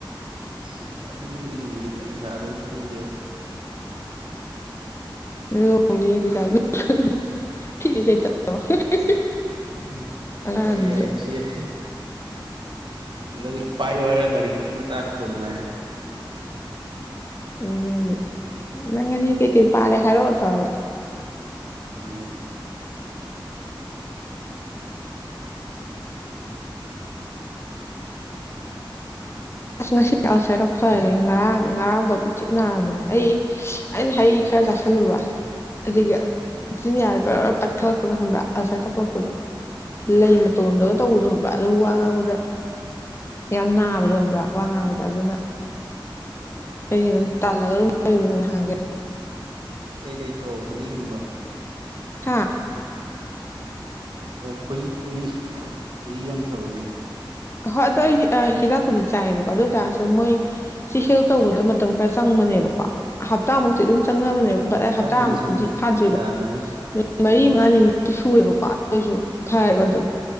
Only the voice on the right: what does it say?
ꯏꯁ ꯑꯗꯨꯅꯤ ꯂꯨꯔꯤ ꯀꯔꯤ ꯌꯥꯥꯗꫭꯅꫭ ꯈꯪꯗꯦꯕ꯫
ꯎꯝ
ꯑꯣꯏ ꯌꯥꯏ ꯑꯗꯨꯁꯨ ꯌꯥꯏ꯫ ꯂꯥꯏꯔꯤꯛ ꯄꯥꯏ ꯍꯥꯏꯔ ꯂꯥꯏꯔꯤꯛꯀꯨꯝꯕ ꯇꯥꯛꯀꯗꯕ ꯉꯥꯏꯔꯦ
ꯎꯨꯝ
ꯃꯣꯏꯅ
ꯀꯩ ꯂꯩꯇ꯭ꯔꯣ ꯍꯅꯤꯒꯨꯝ
ꯈꯣꯏꯏ ꯈ ꯈꯨꯏ-ꯈꯣꯏꯏ ꯌꯥꯝ ꯐꯕꯅꯤꯅꯦ
ꯆꯪꯕꯅꯦ
ꯆꯪꯕꯅꯦ
ꯌꯥꯗꯕꯅꯦ ꯍꯦꯛꯇ
ꯎꯝ